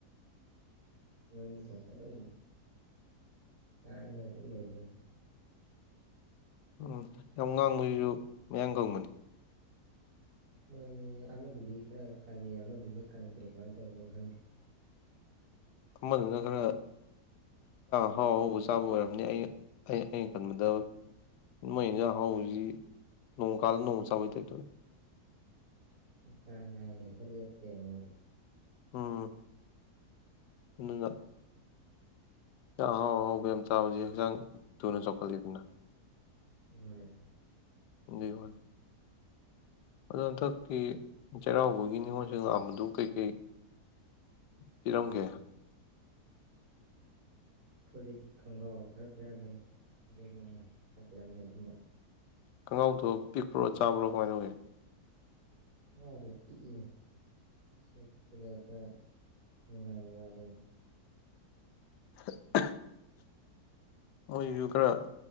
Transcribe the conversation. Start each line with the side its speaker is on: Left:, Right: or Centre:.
Right: ꯃꯣꯏ ꯑꯥꯅꯤ ꯊꯣꯛꯄ ꯑꯗꯨꯝ ꯉꯥꯡꯒꯥ ꯑꯗꯨꯝ ꯂꯩꯗꯣꯏꯅꯤ
Left: ꯎꯝ ꯌꯥꯝ ꯉꯥꯡꯕꯁꯤꯁꯨ ꯃꯌꯥꯡꯒꯪꯕꯅꯤ
Right: ꯃꯣꯏꯅꯤ ꯑꯃꯗꯨꯗꯤ ꯈꯔ ꯀꯪꯉꯦ ꯑꯃꯗꯨꯅ ꯀꯪꯗ꯭ꯔꯦ ꯀꯃꯥꯏꯅ ꯇꯧꯅꯣ ꯈꯪꯗꯦ
Left: ꯑꯃꯗꯨꯅ ꯈꯔꯥꯛ ꯍꯥꯎ ꯍꯥꯎꯕ ꯆꯥꯕ ꯑꯣꯏꯔꯝꯅꯤ ꯑꯩ ꯑꯩꯅ ꯈꯟꯕꯗ ꯃꯣꯏ ꯌꯦꯟꯖꯥꯡ ꯍꯥꯎꯁꯤ ꯅꯣꯡ ꯀꯥꯜꯗ ꯅꯣꯡꯃ ꯆꯥꯕꯩ ꯇꯩ ꯇꯧꯋꯏ
Right: ꯆꯥꯡ ꯅꯥꯏꯅ ꯍꯦꯛꯇ ꯂꯦꯞꯇ꯭ꯔꯦ ꯃꯣꯏꯗꯤ
Left: ꯑꯝ ꯑꯗꯨꯅ ꯏꯟꯁꯥꯪ ꯑꯍꯥꯎ ꯑꯍꯥꯎ ꯌꯥꯝ ꯆꯥꯕꯥꯁꯤ ꯍꯛꯆꯥꯡ ꯊꯨꯅ ꯆꯥꯎꯈꯠꯂꯤꯗꯅ
Right: ꯍꯣꯏ
Left: ꯑꯗꯨꯏ ꯋꯥꯟꯤ ꯑꯗ ꯍꯟꯗꯛꯇꯀꯤꯤ ꯆꯩꯔꯥꯎꯕꯒꯤ ꯅꯤꯉꯣꯜꯁꯨ ꯉꯥꯝꯕꯗꯨ ꯀꯩꯀꯩ ꯄꯤꯔꯝꯒꯦ
Right: ꯐꯨꯔꯤꯠ ꯈꯣꯡꯒ꯭ꯔꯥꯎ ꯈꯔ ꯄꯤꯔꯝꯃꯤ ꯑꯗꯨꯒ ꯃꯉꯥꯏ ꯈꯔ ꯄꯤꯔꯝꯃꯤ ꯑꯗꯨꯝꯕ
Left: ꯈꯒꯥꯎꯗꯣ ꯄꯤꯛꯄ꯭ꯔꯣ ꯆꯥꯕ꯭ꯔꯣ ꯀꯃꯥꯏꯅ ꯇꯧꯒꯦ
Right: ꯈꯣꯡꯅꯥꯎꯗꯣ ꯄꯤꯛꯏꯅꯦ ꯁꯦꯛꯄꯗ ꯈꯔ ꯅꯨꯡꯉꯥꯏꯕ ꯋꯥꯠꯂꯤꯅꯤ
Left: <inaudible> ꯃꯣꯏꯁꯨ ꯈꯔ